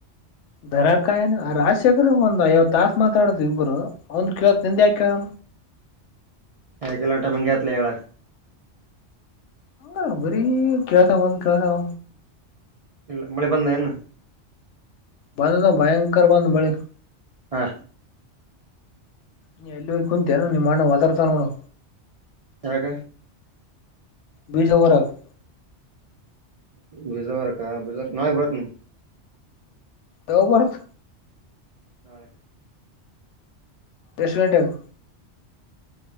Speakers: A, on the left; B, on the right.
A: ದರಕಾಯನು ರಾಜಶೇಖರ್ ಒಂದ್ ಐವತ್ ತಾಸ ಮಾತಾಡುದು ಇಬ್ರು ಒಂದ್ ಕೇಳವತ್ ನಿಂದೆ ಯಾಕೇಳ.
B: ಹಕೆಲ್ಲ ಉಂಟ ಮಂಗತ್ಲೇ ಹೇಳ.
A: ಹ ಬರಿ ಕೇಳ್ಕ ಬಂದ್ ಕೇಳ್ದವ.
B: ಇಲ್ಲ ಮಳೆ ಬಂದ ಏನ.
A: ಬಂದದ ಭಯಂಕರ ಬಂದ್ ಮಳಿ.
B: ಹಾ
A: ನೀ ಎಲ್ಲಿ ಹೋಗ್ ಕುಂತನ ನಿಮ್ಮ ಅಣ್ಣ ಒದಾರ್ತ ನೋಡು.
B: ಯಾಗ
A: ಬೀಜವರಗ್
B: ಬಜವಾರಕ ಬಿಜಾರ ನಾಗ್ ಬರ್ತನ್.
A: ಯಾವಾಗ್ ಬರ್ತ.
B: ನಾಳೆ
A: ಎಷ್ಟ ಗಂಟ್ಯಾಗ್.